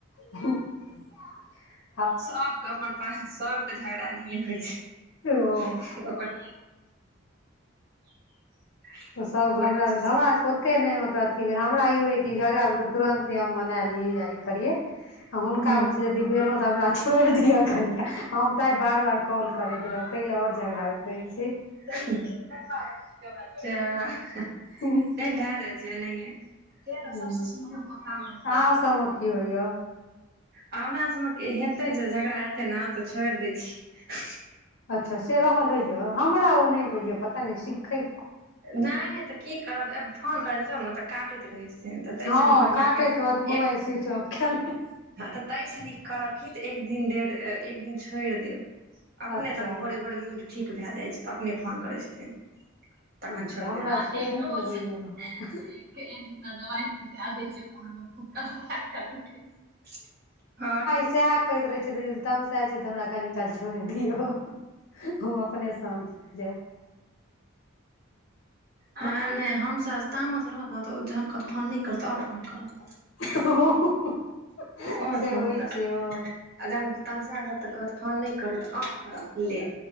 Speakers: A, on the left (about 60°); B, on the right (about 50°).
A: <unintelligible>
B: सब कऽ अपन पास सब केँ झगड़ा एनहिये होइ छै
A: ओ
B: <unintelligible>
A: ओ सब
B: हमर
A: ग हमरा
B: किछ
A: भेल हमरा सब कऽ ओते नै मतलब अथी भेल हमरा ई होइय कि झगड़ा भेल तऽ तुरन्ते हम मना ली या ई करियै आ हुनका
B: हूँ
A: में छै <unintelligible> छोड़ि दिअ कनिकाल हम तैय बार बार कॉल करैत रहब तै लऽ और झगड़ा होईत रहैत छै
B: <unintelligible>
A: हूँ
B: नै भए जाइ छै एनाहिये
A: छै
B: सबसँ सुनियौ पप्पा मम्मी
A: अहाँ
B: के गऽप
A: सबमे की होइय
B: हमरा सभ में कि हेतै छै झगड़ा हेतै तऽ छोड़ि दै छियै
A: अच्छ से रहल होइए हमरा ओ नै होइए पता नै सिखै
B: नै तऽ की करबब फोन करैत रहब न तऽ काटैत रहैत छथिन ताहिसँ
A: हँ
B: बढ़िआँ
A: काटेत
B: कनि
A: रहत
B: एक
A: मोबइल स्विच ऑफ कऽ लेत
B: हँ तऽ तै सँ नीक करब की जे एक दिन डेढ एक दिन छोड़ देब अपने
A: अच्छा
B: तहन भोरे भोरे मूड ठीक भै जाइ छै तऽ अपने फोन करै छथिन तखन
A: अच्छा
B: छोड़
A: हमरा
B: देब <unintelligible>
A: सेहे नहि होइया रहल
B: <unintelligible>
A: सेहै कहैत रहे छथिन जे तमसैल छी तऽ हमरा कनी काल छोड़ दियौ हम अपने शान्त भै जायब <inaudible>
B: ह नै हम सब तामस रहत न तऽ ओ जहन कहत फोन नै कर तहन और फोन करब
A: <unintelligible>
B: आओर
A: से
B: फोन
A: होई
B: करब
A: छै ओ
B: आ जहन तमसैल तऽ कहत फोन नै करू तऽ और करब ले